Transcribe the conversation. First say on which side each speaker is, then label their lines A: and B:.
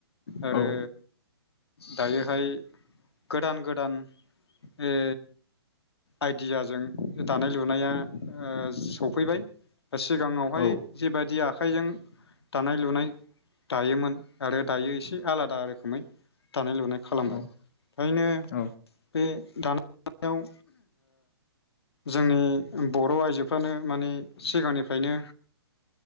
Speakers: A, on the left; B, on the left.
A: आरो
B: औ
A: दायोहाय गोदान गोदान ए आइडियाजों दानाय लुनाया ओ सफैबाय। सिगाङावहाय
B: औ
A: जिबायदि आ आखाइजों दानाय लुनाय दायोमोन आरो दायो एसे आलादा रोखोमै दानाय लुनाय खालामबाय
B: औ
A: ओखायनो
B: औ
A: बे दाना <unintelligible> ओ जोंनि बर' आइजोफ्रानो माने सिगांनिफ्रायनो